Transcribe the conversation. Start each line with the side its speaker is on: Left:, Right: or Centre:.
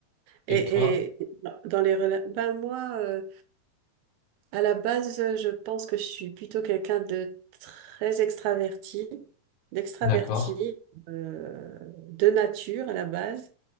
Right: Et,
Left: Et toi?
Right: et dans les relations, ben moi, euh, à la base, euh, je pense que je suis plutôt quelqu'un de très extraverti, d'extraverti,
Left: D'accord.
Right: euh, de nature à la base.